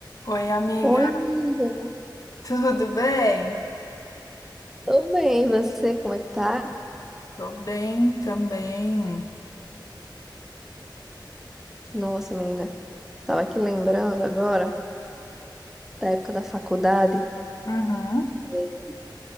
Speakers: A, on the left (about 45°); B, in the centre.
A: Oi, amiga,
B: Oi, amiga.
A: tudo bem?
B: Tô bem, e você, como é que tá?
A: Tô bem também.
B: Nossa, menina, tava aqui lembrando agora da época da faculdade
A: Uhum.
B: eh,